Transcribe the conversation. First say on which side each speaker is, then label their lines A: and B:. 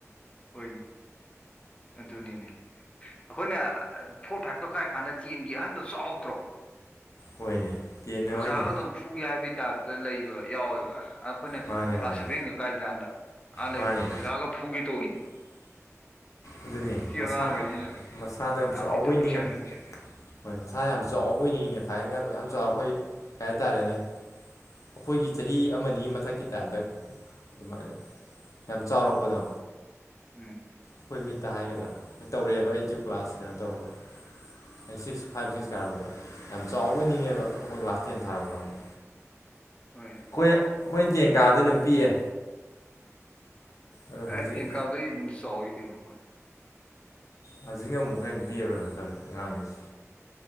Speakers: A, on the left (about 20°); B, on the left (about 75°).
A: ꯍꯣꯏꯅꯦ ꯑꯗꯨꯅꯤꯅꯦ ꯑꯩꯈꯣꯏꯅ ꯐꯣꯔ ꯐꯥꯏꯚꯀ ꯀꯥꯏ ꯀꯥꯟꯗ ꯇꯦꯟꯒꯤ ꯑꯍꯟꯗꯣ ꯆꯥꯎꯗ꯭ꯔꯣ
B: ꯍꯣꯏꯅꯦ ꯇꯦꯟ
A: ꯑꯣꯖꯥꯒꯗꯣ
B: ꯍꯣꯏꯅꯦ
A: ꯐꯨꯒꯦ ꯍꯥꯏꯕꯒꯤ ꯇꯥꯏꯞꯇ ꯂꯩꯕ ꯌꯥꯎꯋꯦ ꯑꯩꯈꯣꯏꯅ
B: ꯃꯥꯅꯦ
A: ꯀ꯭ꯂꯥꯁ
B: ꯃꯥꯅꯦ
A: ꯁꯕꯦꯟꯒ ꯀꯥꯏ ꯀꯥꯟꯗ꯫ ꯑꯥ ꯂꯩꯕꯗꯣ
B: ꯃꯥꯅꯦ
A: ꯑꯣꯖꯥꯒ ꯐꯨꯒꯦ ꯇꯧꯋꯦ
B: ꯑꯗꯨꯅꯤ ꯃꯁꯥ
A: ꯑꯉꯥꯡꯈꯩꯁꯤꯅ
B: ꯃꯁꯥꯗ ꯌꯥꯝ ꯆꯥꯎꯕꯩ
A: ꯄꯤꯛꯇ꯭ꯔꯨ ꯄꯤꯛꯁꯟꯈ꯭ꯔꯦ
B: ꯅꯤꯡꯉꯦ ꯍꯣꯏ ꯃꯁꯥ ꯌꯥꯝ ꯆꯥꯎꯕꯅꯤꯅꯦ ꯐꯥꯏꯒꯟꯒ ꯑꯗꯨꯝ ꯌꯥꯝ ꯆꯥꯎꯔ ꯑꯩꯈꯣꯏ ꯀꯩ ꯍꯥꯏꯇꯥꯔꯦꯅꯦ ꯑꯩꯈꯣꯏꯒꯤ ꯆꯍꯤ ꯑꯃꯅꯤ ꯃꯊꯛꯀꯤ ꯇꯥꯏꯞꯇ ꯑꯗꯨꯃꯥꯏꯅ ꯌꯥꯝ ꯆꯥꯎꯔꯛꯄꯗꯣ
A: ꯎꯝ
B: ꯑꯩꯈꯣꯏ ꯃꯤꯠꯇ ꯍꯥꯏꯒꯗ꯭ꯔꯥ ꯍꯣꯏ ꯇꯧꯔꯛꯑꯦꯕ ꯑꯩꯁꯨ ꯀ꯭ꯂꯥꯁ ꯀꯩꯅꯣ ꯇꯧꯔꯛꯄꯗꯣ ꯑ ꯁꯤꯛꯁ ꯐꯥꯏꯚ ꯁꯤꯛꯁ ꯀꯥꯔꯛꯄꯗ ꯌꯥꯝ ꯆꯥꯎꯕ ꯅꯤꯡꯉꯦꯕ ꯑꯩꯈꯣꯏ ꯀ꯭ꯂꯥꯁ ꯇꯦꯟ ꯊꯥꯔꯛꯄ ꯀꯥꯡꯕꯨ
A: ꯍꯣꯏ
B: ꯑꯩꯈꯣꯏꯅ ꯑꯩꯈꯣꯏꯅ ꯇꯦꯡꯀꯥꯗ ꯑꯗꯨꯝ ꯄꯤꯛꯑꯦ ꯑꯗꯣ
A: ꯑꯦꯍꯇꯦꯟ
B: ꯍꯧꯖꯤꯛ
A: ꯀꯥꯗ ꯑꯩ ꯑꯗꯨꯝ ꯆꯥꯎꯥꯎ ꯀꯩꯅꯣ
B: ꯍꯧꯖꯤꯛꯅ ꯑꯃꯨꯛ ꯍꯟꯅ ꯄꯤꯕ꯭ꯔꯥ ꯑꯗꯨꯩꯅꯅ ꯇꯧꯔꯦ ꯑꯉꯥꯡꯉꯩꯦ